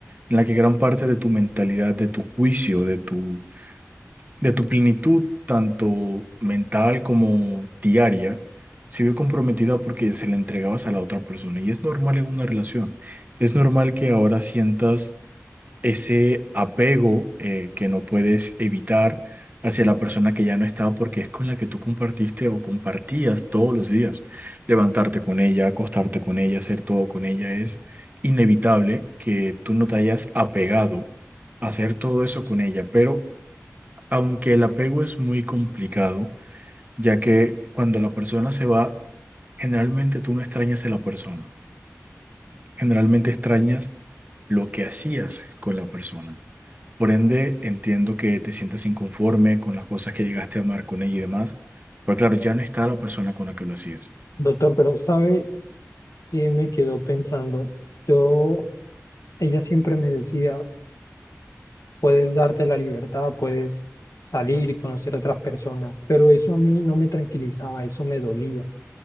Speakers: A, on the right (about 30°); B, on the left (about 75°).
A: en la que gran parte de tu mentalidad, de tu juicio, de tu, de tu plenitud, tanto mental como diaria, se vio comprometida porque se la entregabas a la otra persona. Y es normal en una relación. Es normal que ahora sientas ese apego eh, que no puedes evitar hacia la persona que ya no está porque es con la que tú compartiste o compartías todos los días. Levantarte con ella, acostarte con ella, hacer todo con ella. Es inevitable que tú no te hayas apegado a hacer todo eso con ella, pero aunque el apego es muy complicado, ya que cuando la persona se va, generalmente tú no extrañas a la persona, generalmente extrañas lo que hacías con la persona. Por ende, entiendo que te sientas inconforme con las cosas que llegaste a amar con ella y demás, pero claro, ya no está la persona con la que lo hacías.
B: Doctor, pero sabe, Eh, me quedo pensando, yo, ella siempre me decía, puedes darte la libertad, puedes salir y conocer otras personas, pero eso a mí no me tranquilizaba, eso me dolía,